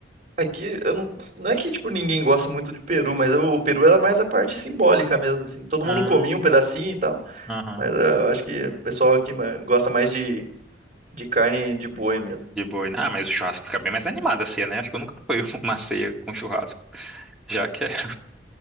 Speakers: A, on the right (about 40°); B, in the centre.
A: Aqui, eu não... Não é que, tipo, ninguém gosta muito de peru, mas o, o peru era mais a parte simbólica mesmo, assim. Todo
B: Ah,
A: mundo comia um pedacinho e tal,
B: aham.
A: mas ah, eu acho que o pessoal aqui ma- gosta mais de, de carne de boi mesmo.
B: De boi. né? Ah, mas o churrasco fica bem mais animado a ceia, né? Acho que eu nunca fui <laughs> uma ceia com churrasco. Já quero.